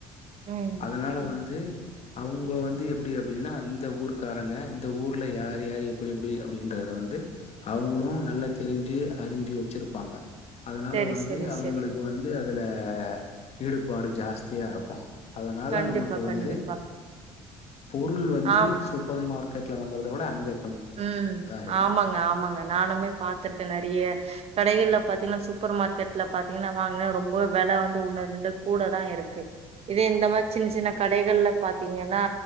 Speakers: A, on the right; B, on the left.
A: ம்
B: அதுனால வந்து அவுங்க வந்து எப்டி அப்டினா அந்த ஊருகாரங்க இந்த ஊர்ல யார் யாரு எப்டி எப்டி அப்டின்றத வந்து அவுங்களு நல்லா தெரிஞ்சு அறிஞ்சு வெச்சுருப்பாங்க அதனால
A: செரி
B: வந்து
A: செரி
B: அவுங்களுக்கு
A: செரி
B: வந்து அதுல ஈடுபாடு ஜாஸ்தியாருக்கு அதனால
A: கண்டிப்பா
B: நமக்கு வந்து
A: கண்டிப்பா
B: பொருள் வந்து
A: ஆ
B: சூப்பர் மார் கெட்ல வாங்கறத விட அங்க
A: ம்
B: இருக்கு
A: ஆமாங்க ஆமாங்க நானுமே பாத்துருக்க நெறிய கடைகள்ல பாத்தீங்கன்னா சூப்பர் மார்கெட்ல பாத்தீங்கன்னா வாங்க ரொம்ப வெல வந்து ஒன்னு ரெண்டு கூடதா இருக்கு இதே இந்த மாரி சின்ன சின்ன கடைகள்ல பாத்தீங்கன்னா